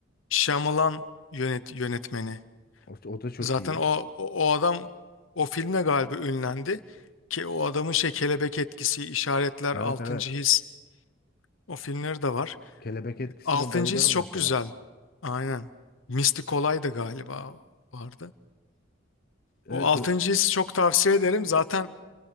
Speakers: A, on the left (about 80°); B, on the left (about 50°).
A: Shyamalan yönet yönetmeni.
B: O, o da çok
A: Zaten
B: iyi.
A: o, o o adam o filmle galiba ünlendi. Ki o adamın şey kelebek etkisi, işaretler,
B: Evet
A: Altıncı
B: evet.
A: His o filmleri de var.
B: Kelebek etkisine
A: Altıncı
B: bayılırım
A: His çok
B: mesela.
A: güzel. Aynen. Mistik Olay da galiba vardı.
B: Evet
A: O Altıncı
B: bu.
A: His çok tavsiye ederim. Zaten